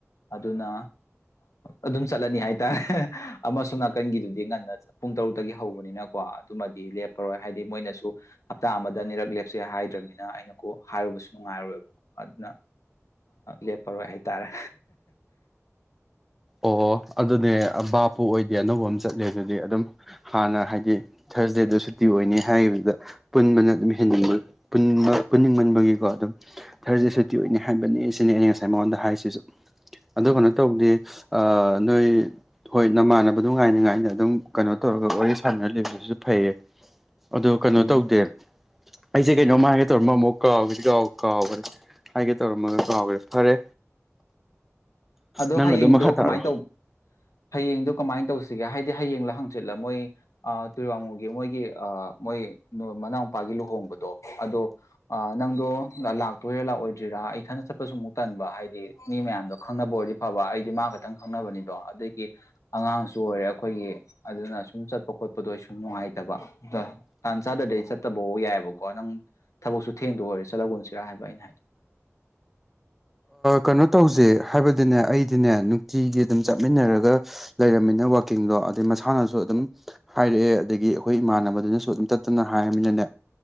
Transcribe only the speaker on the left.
ꯑꯗꯨꯅ ꯑꯗꯨꯝ ꯆꯠꯂꯅꯤ ꯍꯥꯏ ꯇꯔꯦ ꯑꯃꯁꯨꯝ ꯅꯥꯀꯟꯒꯤꯗꯨꯗꯤ ꯉꯟꯅ ꯄꯨꯡ ꯇꯔꯨꯛꯇꯒꯤ ꯍꯧꯕꯅꯤꯅꯀꯣ ꯑꯗꯨꯃꯗꯤ ꯂꯦꯞꯄꯔꯣꯏ ꯍꯥꯏꯗꯤ ꯃꯣꯏꯅꯁꯨ ꯍꯞꯇꯥ ꯑꯃꯗ ꯅꯤꯔꯛ ꯂꯦꯞꯁꯦ ꯍꯥꯏꯗ꯭ꯔꯕꯅꯤꯅ ꯑꯩꯅꯀꯣ ꯍꯥꯏꯔꯨꯕꯁꯨ ꯅꯨꯡꯉꯥꯏꯔꯣꯏꯕꯀꯣ ꯑꯗꯨꯅ ꯂꯦꯞꯄꯔꯣꯏ ꯍꯥꯏꯇꯥꯔꯦ
ꯎꯝ
ꯎꯝ
ꯑꯗꯣ
ꯍꯌꯦꯡꯗꯣ
ꯀꯃꯥꯏꯅ ꯇꯧꯕ ꯍꯌꯦꯡꯗꯣ ꯀꯃꯥꯏꯅ ꯇꯧꯁꯤꯒꯦ ꯍꯥꯏꯕꯗꯤ ꯍꯌꯦꯡꯂ ꯍꯪꯆꯤꯠꯂ ꯃꯣꯏ ꯑꯥ ꯇꯨꯔꯤꯋꯥꯡꯃꯨꯒꯤ ꯃꯣꯏꯒꯤ ꯑꯥ ꯃꯣꯏ ꯅꯨ ꯃꯅꯥꯎꯄꯥꯒꯤ ꯂꯨꯍꯣꯡꯕꯗꯣ ꯑꯗꯣ ꯅꯪꯗꯣ ꯂꯥꯛꯇꯣꯏꯔꯥ ꯂꯥꯛꯑꯣꯏꯗ꯭ꯔꯥ ꯏꯊꯟꯇ ꯆꯠꯄꯁꯨ ꯑꯃꯨꯛ ꯇꯟꯕ ꯍꯥꯏꯗꯤ ꯃꯤ ꯃꯌꯥꯝꯗꯣ ꯈꯪꯅꯕ ꯑꯣꯏꯔꯗꯤ ꯐꯕ ꯑꯩꯗꯤ ꯃꯥ ꯈꯛꯇꯪ ꯈꯪꯅꯕꯅꯤꯗꯣ ꯑꯗꯨꯗꯒꯤ ꯑꯉꯥꯡꯁꯨ ꯑꯣꯏꯔꯦ ꯑꯩꯈꯣꯏꯒꯤ ꯑꯗꯨꯅ ꯁꯨꯝ ꯆꯠꯄ ꯈꯣꯠꯄꯗꯣ ꯑꯩꯁꯨ ꯅꯨꯡꯉꯥꯏꯇꯕ ꯑ ꯇꯥꯟ ꯆꯥꯗ꯭ꯔꯗꯤ ꯑꯩ ꯆꯠꯇꯕꯐꯥꯎ ꯌꯥꯏꯑꯕꯀꯣ ꯅꯪ ꯊꯕꯛꯁꯨ ꯊꯦꯡꯗꯨ ꯑꯣꯏꯔꯦ ꯆꯠꯂꯒꯨꯝꯁꯤꯔꯥ ꯍꯥꯏꯕ ꯑꯩꯅ ꯍꯥꯏꯗꯤ